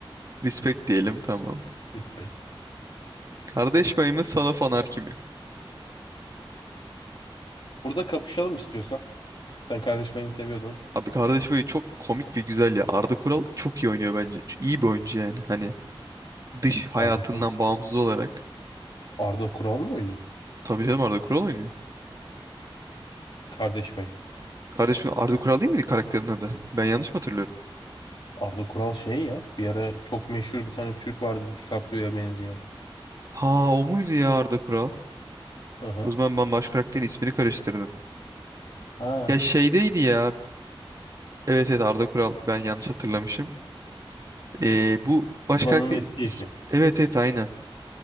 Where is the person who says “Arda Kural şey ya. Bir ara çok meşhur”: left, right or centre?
Left